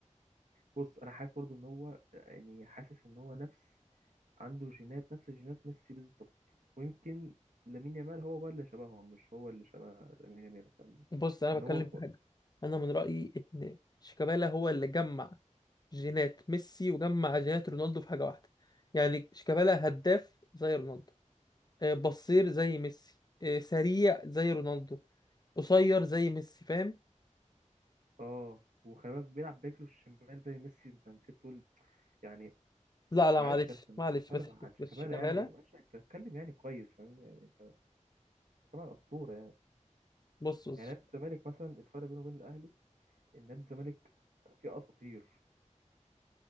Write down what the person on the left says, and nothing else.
بص انا
بتكلم
في حاجه انا من رايي ان شيكابالا هو اللي جمع جينات ميسي وجمع جينات رونالدو في حاجه واحده يعني شيكابالا هداف زي رونالدو آه، بصير زي ميسي آه، سريع زي رونالدو قصير زي ميسي فاهم
لا لا
معلش
معلش بس
بس كمالة
بص بص